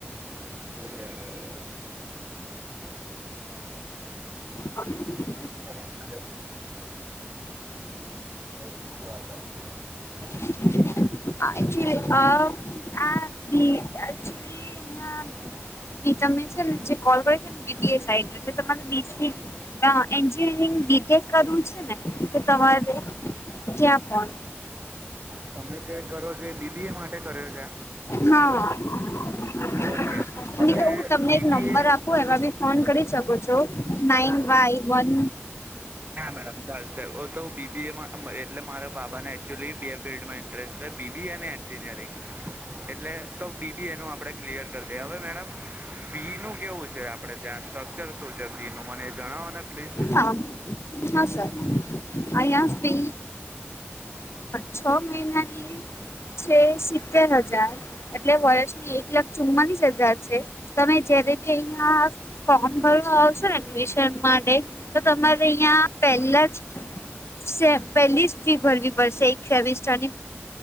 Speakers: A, on the right; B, on the left.
A: ઓકે
B: હા
A: <unintelligible> <unintelligible>
B: <unintelligible> તમે છેને જે કોલ કર્યો છે <unintelligible> એન્જિનિયરિંગ બીટેક કરવું છે ને તો તમારે ક્યાં કોણ
A: તમે જે કરો છો એ બીબીએ માટે કર્યો છે
B: હા હ
A: ઓકે હવે
B: કું તમને
A: બીબીએ
B: એક નંબર આપ હું એવા બી ફોન કરી શકુ છું નાઈન વાઇ વન
A: હા મેડમ ચાલ સાહેબ તો બીબી એટલે મારા બાબાને એકચુલી બ ફિલ્ડમાં ઇન્ટરેસ્ટ છે બીબી અને એન્જિનિયરિંગ એટલે તો બીબી એ નું આપણે ક્લિયર કરી દઈએ હવે મેડમ ફી નું કેવું છે આપડે ત્યાં સ્ટ્રક્ચર શું છે ફી નું મને એ જણાવો ને પ્લીઝ
B: હા હા સર આ સ્પે છ મહિનાની છે સિત્તેર હજાર એટલે વર્ષની એક લાખ ચુમ્માલીસ હજાર છે તમે જયારે કે અહિયાં ફોર્મ ભરવા આવશે ને એડમિશન માટે તો તમારે અહિયાં પેલા જ પહેલી ફી ભરવી પડશે એક સેમિસ્ટર ની